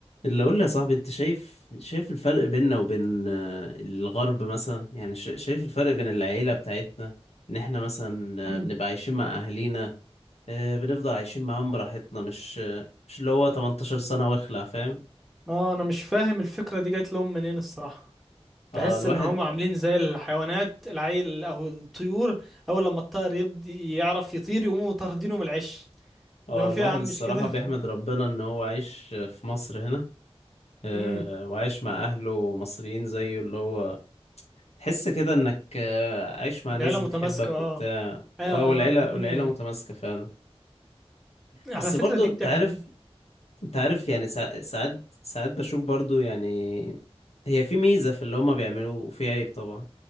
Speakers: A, on the left; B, in the centre.
A: اللي اقول لي يا صاحبي انت شايف شايف الفرق بيننا وبين آه، الغرب مثلا يعني شا- شايف الفرق بين العيلة بتاعتنا ان احنا مثلا
B: مم.
A: آه، بنبقى عايشين مع اهالينا آه، بنفضل عايشين معاهم براحتنا مش آه، مش اللي هو 18 سنة واخلع فاهم
B: اه انا مش فاهم الفكرة دي جات لهم منين الصراحة تحس
A: اه الواحد
B: ان هم عاملين زي الحيوانات العيل او الطيور اول لما الطائر يبدي يعرف يطير يقوموا طاردينه من العش
A: اه
B: اللي هو فيه
A: الواحد
B: يا عم
A: الصراحة
B: مش كده
A: بيحمد
B: <laughs>
A: ربنا ان هو عايش آه، في مصر هنا آه،
B: امم
A: وعايش مع اهله مصريين زيه اللي هو تحس كده انك آه، عايش مع
B: العيلة
A: ناس
B: متماسكة
A: بتحبك
B: اه
A: وبتاع
B: آه، آه،
A: اه والعيلة
B: آه، الدنيا
A: والعيلة متماسكة فعلا
B: على
A: بس
B: فكرة
A: برضو
B: دي
A: انت
B: بتعمل
A: عارف انت عارف يعني سا- ساعات ساعات بشوف برضو يعني هي في ميزة في اللي هما بيعملوه وفي عيب طبعا